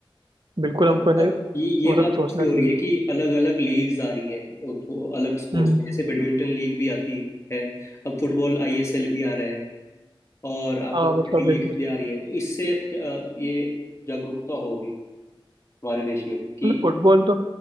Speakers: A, on the right (about 60°); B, on the left (about 30°).
A: बिल्कुल
B: पर,
A: हमको
B: पर
A: है ना
B: ये ये
A: वो
B: बात
A: सब सोचना
B: ऐसी
A: चाहिए
B: हो रही है कि अलग अलग लीग्स आ रही हैं वो तो अलग स्पोर्ट्स
A: हम्म
B: जैसे बैडमिंटन लीग भी आती है अब फुटबॉल आईएसएल भी आ रहा है और आपका
A: हाँ
B: कबड्डी
A: मतलब बिल्कुल
B: लीग भी आ रही है तो इससे अ, ये जागरूकता होगी हमारे देश में कि
A: मतलब फुटबॉल तो